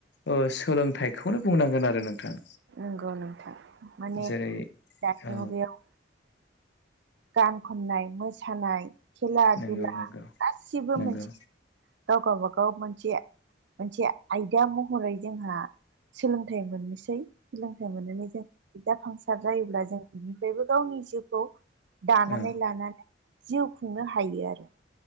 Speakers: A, on the left; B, on the right.
A: ओ सोलोंथाइखौनो बुंनांगोन आरो नोंथां
B: नंगौ नोंथां माने
A: जेरै
B: दानि
A: औ
B: मुगायाव गान खननाय मोसानाय खेला
A: नंगौ
B: दुला
A: नंगौ
B: गासिबो
A: नंगौ
B: मोनसे गाव गावबागाव मोनसे मोनसे आयदा महरै जोंहा सोलोंथाइ मोननोसै सोलोंथाइ मोननानै जों जाफुंसार जायोब्ला जों बिनिफ्रायबो गावनि जिउखौ दानानै
A: औ
B: लानानै जिउ खुंनो हायो आरो